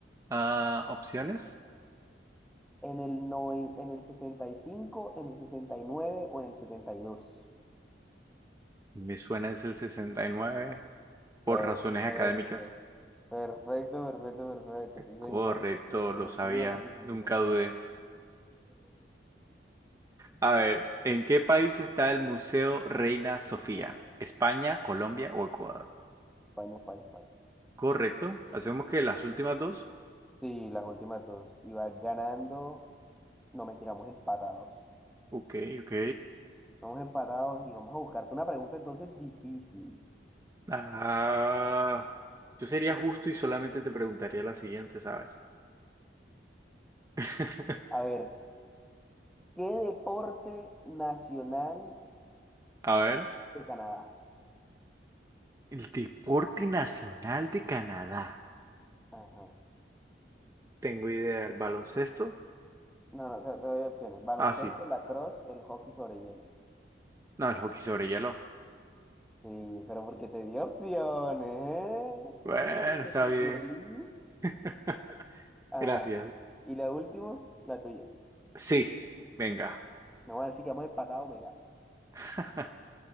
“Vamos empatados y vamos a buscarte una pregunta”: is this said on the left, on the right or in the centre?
Centre